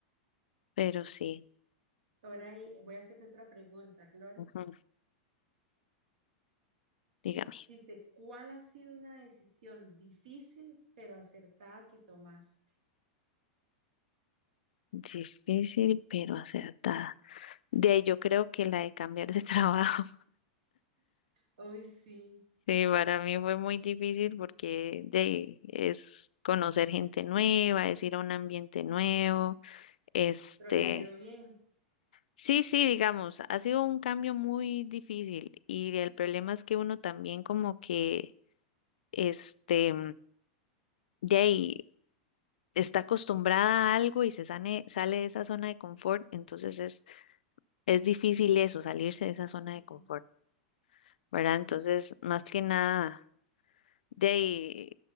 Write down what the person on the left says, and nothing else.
pero sí,
ujú, Dígame,
difícil pero acertada. De ahí yo creo que la de cambiar de <laughs> trabajo,
sí, para mí fue muy difícil porque de ahí es conocer gente nueva, es ir a un ambiente nuevo, este,
Sí, sí, digamos, ha sido un cambio muy difícil y el problema es que uno también como que, este, de ahí está acostumbrada a algo y se sane- sale de esa zona de confort, entonces es, es difícil eso, salirse de esa zona
de confort, ¿verdad?
Entonces, más que nada, de ahí